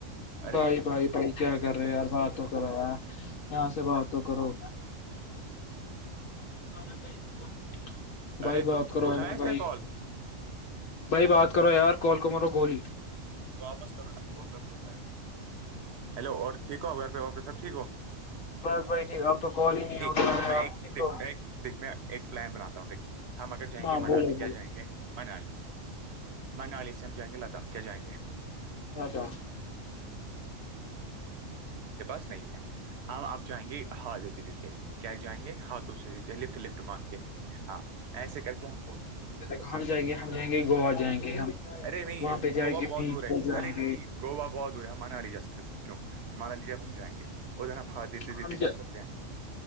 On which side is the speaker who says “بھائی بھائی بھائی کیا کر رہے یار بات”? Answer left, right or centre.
Left